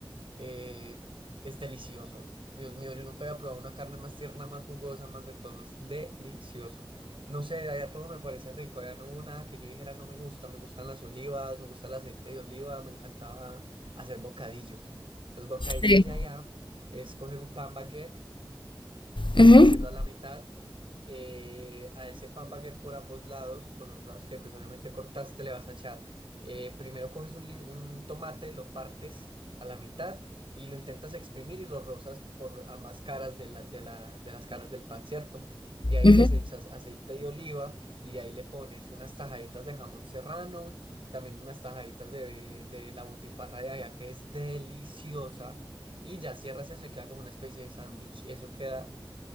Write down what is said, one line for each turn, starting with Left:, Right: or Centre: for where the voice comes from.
Right: eh, es delicioso. Dios mío, yo nunca había probado una carne más tierna, más jugosa, más de todo. Es delicioso. No sé, allá todo me parece rico. Allá no hubo nada que yo dijera no me gusta. Me gustan las olivas, me gusta el aceite de oliva, me encantaba hacer bocadillos. Los bocadillos
Left: sí.
Right: de allá es coger un pan baguette
Left: Ujú,
Right: partirlo a la mitad, eh, a ese pan baguette por ambos lados, por los lados que pues obviamente cortaste, le vas a echar, eh, primero coges un, li- un tomate, lo partes a la mitad y lo intentas exprimir y lo rozas por ambas caras de, la- de, la- de las caras del pan, ¿cierto? De ahí
Left: ujú.
Right: les echas aceite de oliva y de ahí le pones unas tajaditas de jamón serrano, también unas tajaditas de, de la butifarra de allá que es deliciosa y ya cierras eso y queda como una especie de sándwich. Eso queda